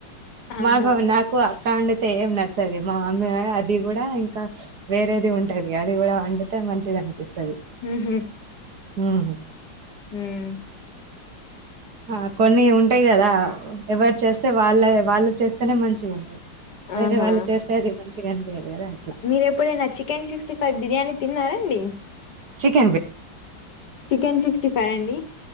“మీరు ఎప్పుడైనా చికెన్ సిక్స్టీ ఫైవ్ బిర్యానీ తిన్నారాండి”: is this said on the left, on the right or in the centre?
Left